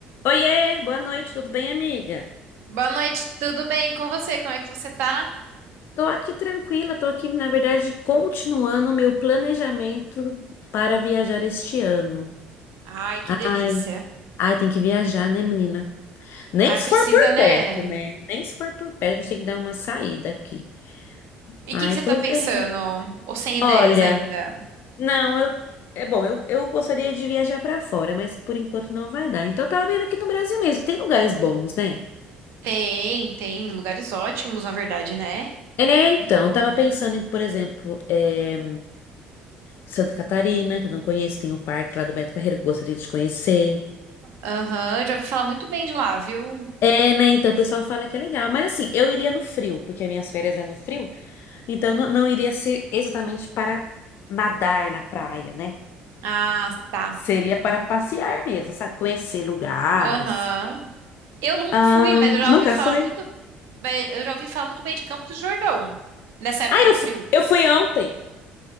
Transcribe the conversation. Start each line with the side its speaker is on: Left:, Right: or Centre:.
Left: Oiê, boa noite, tudo bem, amiga?
Right: Boa noite, tudo bem com você? Como é que você tá?
Left: Tô aqui tranquila, tô aqui, na verdade, continuando o meu planejamento para viajar este ano.
Right: Ai, que delícia.
Left: Ai, ai, tem que viajar, né, menina? Nem
Right: Ai,
Left: se
Right: precisa,
Left: for por
Right: né?
Left: perto, né? Nem se for por perto, a gente tem que dar uma saída aqui.
Right: E
Left: Ai,
Right: o que que
Left: eu
Right: você
Left: tô
Right: tá pensando?
Left: vendo.
Right: Ou sem ideias
Left: Olha,
Right: ainda?
Left: não, eu. É bom, eu, eu gostaria de viajar pra fora, mas por enquanto não vai dar. Então, eu tava vendo aqui no Brasil mesmo, que tem lugares bons, né?
Right: Tem, tem lugares ótimos, na verdade, né?
Left: É, então, eu tava pensando em, por exemplo, eh, Santa Catarina, que eu não conheço, tem o parque lá do Beto Carreiro que eu gostaria de conhecer.
Right: Aham, já ouvi falar muito bem de lá, viu?
Left: É, né? Então o pessoal fala que é legal. Mas assim, eu iria no frio, porque as minhas férias é no frio, então não, não iria ser exatamente para nadar na praia, né?
Right: Ah, tá.
Left: Seria para passear mesmo, sabe? Conhecer lugares.
Right: Aham. Eu nunca
Left: Ah,
Right: fui, mas eu já
Left: nunca
Right: ouvi falar
Left: foi?
Right: muito bem, eu já ouvi falar muito bem de Campos do Jordão, nessa época
Left: Ah,
Right: do
Left: eu fui,
Right: frio.
Left: eu fui ontem.